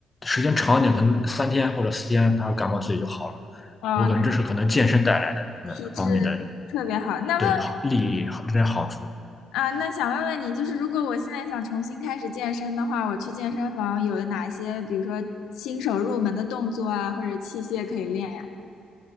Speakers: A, on the left (about 20°); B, on the left (about 80°).
A: 时间长一点，可能三天或者四天，它感冒自己就好了。
B: 哦，
A: 我感觉这是可能健身带来的这个方面的
B: 那体质特别好。那问。
A: 对好利益这些好处。
B: 啊，那想问问你，就是如果我现在想重新开始健身的话，我去健身房有哪些，比如说新手入门的动作啊，或者器械可以练呀？